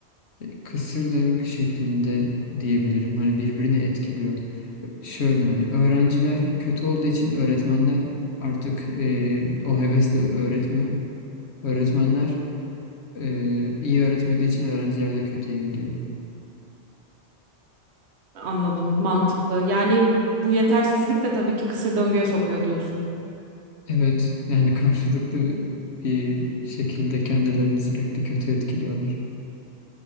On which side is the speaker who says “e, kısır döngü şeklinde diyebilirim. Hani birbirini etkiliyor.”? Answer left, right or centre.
Left